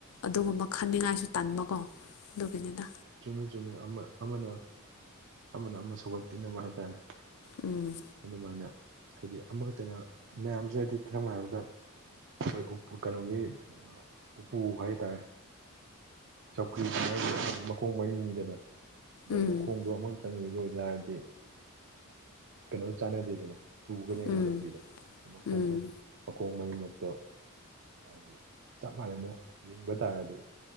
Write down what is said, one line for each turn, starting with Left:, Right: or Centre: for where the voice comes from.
Left: ꯑꯗꯨꯒꯨꯝꯕ ꯈꯟꯅꯤꯡꯉꯥꯏꯁꯨ ꯇꯟꯕꯀꯣ ꯑꯗꯨꯒꯤꯅꯤꯅ
Right: ꯆꯨꯝꯃꯦ ꯆꯨꯝꯃꯦ ꯑꯃ ꯑꯃꯅ ꯑꯃꯅ ꯑꯃ ꯁꯧꯒꯠꯄꯤꯅꯕ ꯍꯥꯏꯇꯥꯔꯦ
Left: ꯎꯝ
Right: ꯑꯗꯨꯃꯥꯏꯅ ꯍꯥꯏꯗꯤ ꯑꯃꯈꯛꯇꯅ ꯃꯌꯥꯝꯁꯦ ꯍꯥꯏꯗꯤ ꯀꯔꯝ ꯍꯥꯏꯔꯕꯗ ꯑꯩꯈꯣꯏ ꯎꯄꯨ ꯀꯩꯅꯣꯒꯤ ꯎꯄꯨ ꯍꯥꯏꯇꯥꯔꯦ ꯆꯧꯀꯤ꯭ꯔꯤ ꯃꯈꯣꯡ ꯃꯔꯤꯅꯤꯗꯅ ꯑꯗꯣ
Left: ꯎꯝ
Right: ꯃꯈꯣꯡꯗꯣ ꯑꯃꯨꯛ ꯆꯪꯉꯨꯕ ꯑꯣꯏꯇꯥꯔꯗꯤ ꯀꯩꯅꯣ ꯆꯥꯟꯅꯗꯦꯗꯅ ꯇꯨꯒꯅꯦꯕ
Left: ꯎꯝ
Right: ꯆꯧꯀ꯭ꯔꯤꯘꯣ ꯃꯈꯣꯡꯗꯣ
Left: ꯎꯝ
Right: ꯃꯈꯈꯣꯡ ꯃꯔꯤꯃꯛꯇꯣ ꯍꯥꯏꯗꯤ ꯆꯞ ꯃꯥꯟꯅꯅ ꯂꯤꯡꯕ ꯇꯥꯔꯗꯤ